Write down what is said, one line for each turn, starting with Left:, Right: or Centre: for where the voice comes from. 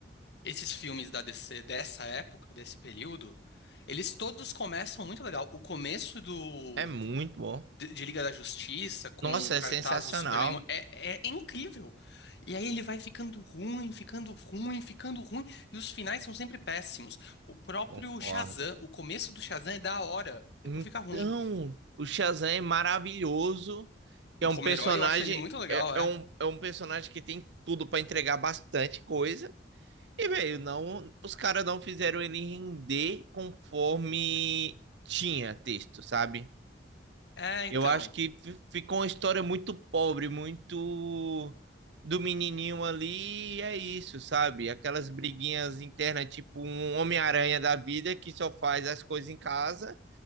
Left: esses filmes da DC dessa época, desse período, eles todos começam muito legal. O começo do
Right: É muito bom.
Left: de, de Liga da Justiça, com
Right: Nossa,
Left: o cartaz
Right: é sensacional.
Left: do Superman. É, é incrível. E aí ele vai ficando ruim, ficando ruim, ficando ruim. E os finais são sempre péssimos. O próprio
Right: Concordo.
Left: Shazam, o começo do Shazam é da hora. Depois
Right: Então,
Left: fica ruim.
Right: o Shazam é maravilhoso. É um
Left: Como
Right: personagem,
Left: herói, eu acho ele muito legal,
Right: é, é
Left: é.
Right: um, é um personagem que tem tudo para entregar bastante coisa. E, velho, não, os caras não fizeram ele render conforme tinha texto, sabe?
Left: É, então.
Right: Eu acho que fi- ficou uma história muito pobre, muito do menininho ali, e é isso, sabe? Aquelas briguinhas internas, tipo um Homem-Aranha da vida que só faz as coisas em casa,